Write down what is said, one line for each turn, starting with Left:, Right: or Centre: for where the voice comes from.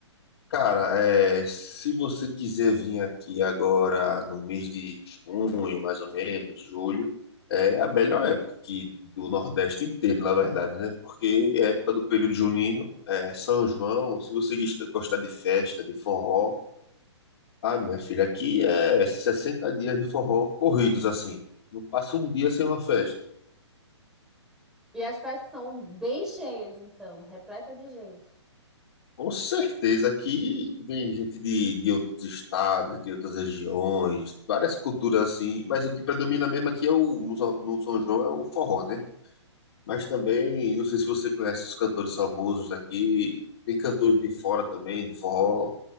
Left: Cara, é, se você quiser vir aqui agora no mês de junho, mais ou menos, julho, é a melhor época aqui do Nordeste inteiro, na verdade, né? Porque é época do período junino, é São João, se você gosta- gostar de festa, de forró, ah, minha filha, aqui é 60 dias de forró corridos, assim. Não passa um dia sem uma festa.
Centre: E as festas são bem cheias, então, repleta de gente.
Left: Com certeza, aqui vem gente de, de outros estados, de outras regiões, várias culturas assim, mas o que predomina mesmo aqui é o, no, São- no São João é o forró, né? Mas também, não sei se você conhece os cantores famosos daqui, tem cantores de fora também, do forró,